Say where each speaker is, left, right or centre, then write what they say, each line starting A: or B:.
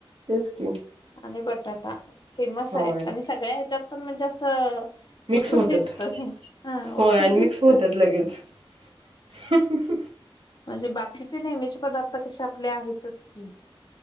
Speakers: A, on the right; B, on the left.
A: तेच की.
B: आणि बटाटा फेमस
A: होय
B: आहे आणि सगळ्या ह्याच्यात पण म्हणजे असं
A: मिक्स
B: उठून
A: होतात
B: दिसतं हा
A: होय
B: उठून
A: आणि
B: दिसतं.
A: मिक्स होतात लगेच <inaudible>
B: म्हणजे बाकीचे नेहमीचे पदार्थ कसे आपले आहेतच की.